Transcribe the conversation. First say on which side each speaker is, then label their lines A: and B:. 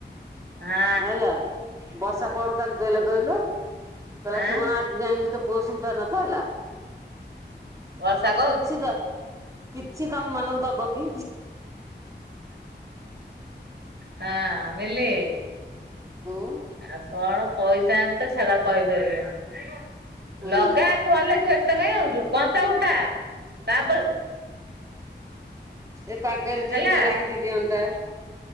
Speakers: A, on the right; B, on the right.
A: ହଁ
B: ହେଲା ବର୍ଷା କଣ କାଲି କହିଲା କହିଲୁ? କହିଲା
A: ଆଁ
B: ତୁ କଣ ଆଜି ଜାଇଁଲୁ ତୋ ପୁଅ ସିଧା ନଥିଲା।
A: ବର୍ଷା କହୁଚି
B: କିଛି ତ କିଛି ତମ ମାନଙ୍କୁ ଦବ କି?
A: ହଁ ମିିଲି
B: ହୁଁ
A: ଆଉ କଣ କହିଥାନ୍ତି ତ ଛାଡ଼ କହିପାରିବିନି।
B: ହୁଁ
A: ଲଗା ଆଗ ଭଲ କି ବ୍ୟସ୍ତ କାଇଁ ହଉଛୁ କଂସା ଉଠା, ତାପରେ
B: ଏ ପାଗରେ
A: ହେଲା
B: ଟିକେ କିଏ ରାନ୍ଧି ଦିଅନ୍ତା